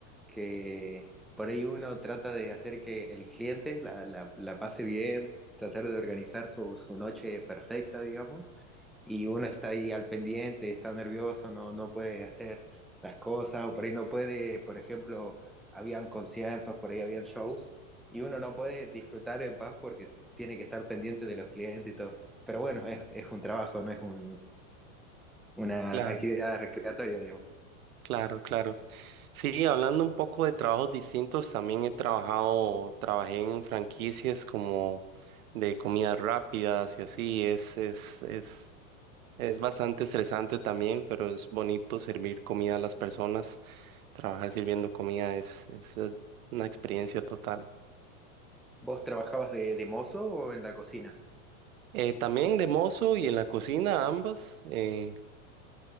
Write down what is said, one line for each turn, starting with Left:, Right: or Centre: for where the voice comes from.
Centre: que, por ahí uno trata de hacer que el cliente la, la, la pase bien, tratar de organizar su, su, noche perfecta, digamos, y uno está ahí al pendiente, está nervioso, no, no puede hacer las cosas, o por ahí no puede, por ejemplo, habían conciertos, por ahí habían shows, y uno no puede disfrutar en paz porque tiene que estar pendiente de los clientes y todo. Pero bueno, es, es un trabajo, no es un, una
Right: Claro,
Centre: actividad recreatoria, digamos.
Right: claro, claro. Sí, hablando un poco de trabajos distintos, también he trabajado, trabajé en franquicias como de comidas rápidas y así, es, es, es. Es bastante estresante también, pero es bonito servir comida a las personas. Trabajar sirviendo comida es, es eh, una experiencia total.
Centre: ¿Vos trabajabas de, de mozo o en la cocina?
Right: Eh, también de mozo y en la cocina, ambas, eh,